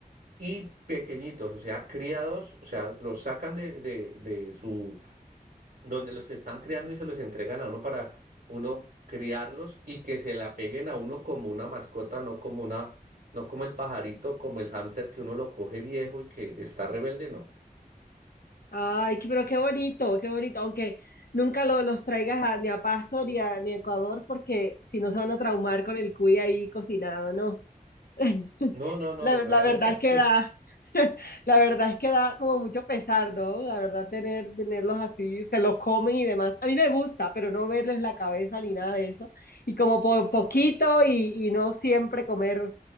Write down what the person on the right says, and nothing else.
y pequeñitos, o sea, criados, o sea, los sacan de, de de su donde los están creando y se los entregan a uno para uno criarlos y que se le apeguen a uno como una mascota, no como una, no como el pajarito, como el hámster que uno lo coge viejo y que está rebelde, no.
No, no, no,
gracias
a
Dios.